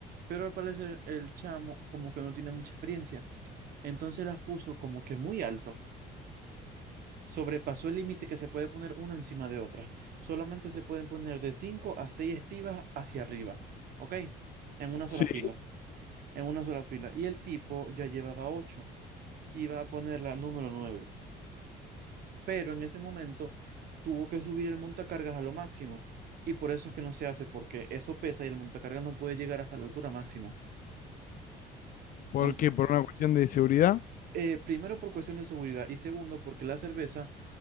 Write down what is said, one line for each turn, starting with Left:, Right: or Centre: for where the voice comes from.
Right: pero al parecer el chamo como que no tiene mucha experiencia. Entonces las puso como que muy alto. Sobrepasó el límite que se puede poner una encima de otra. Solamente se pueden poner de 5 a 6 estivas hacia arriba. ¿Ok? En una sola
Left: Sí.
Right: fila. En una sola fila. Y el tipo ya llevaba ocho Iba a poner la número nueve pero en ese momento tuvo que subir el montacargas a lo máximo. Y por eso es que no se hace, porque eso pesa y el montacargas no puede llegar hasta la altura máxima.
Left: ¿Por
Right: Son,
Left: qué? ¿Por una cuestión de seguridad?
Right: eh, primero por cuestión de seguridad y segundo porque la cerveza